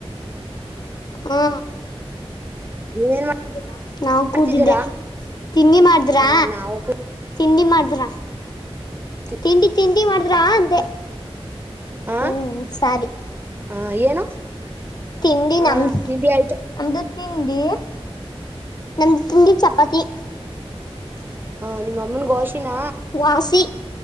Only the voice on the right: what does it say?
ನೀವೇನ್
ಮಾಡ್ತಿದ್ದೀರಾ
ಹ ನಾವು
ಕೂತಿ
ಹ
ಹ ಏನು
ಹ
ತಿಂಡಿ ಆಯ್ತು
ಹ ನಿಮ್ಮ ಅಮ್ಮನ್ ಗೋಶಿನ